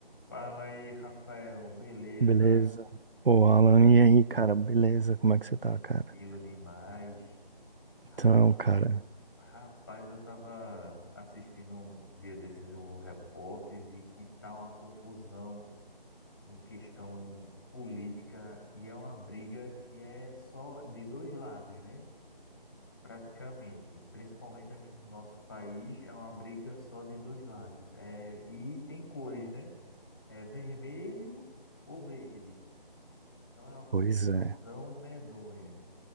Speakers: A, on the left; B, on the right.
A: Fala aí, Rafael. Beleza?
B: Beleza. Ô, Alan, e aí, cara? Beleza? Como é que você
A: Tranquilo
B: tá, cara?
A: demais. Ra-
B: Então, cara,
A: Rapaz, eu tava assistindo um um dia desses o repórter e vi que tá uma confusão em questão política e é uma briga que é só de dois lados, né? Praticamente, principalmente aqui no nosso país, é uma briga só de dois lados. É, e tem cores, né? É vermelho ou verde. Então é uma confusão
B: pois é.
A: medonha.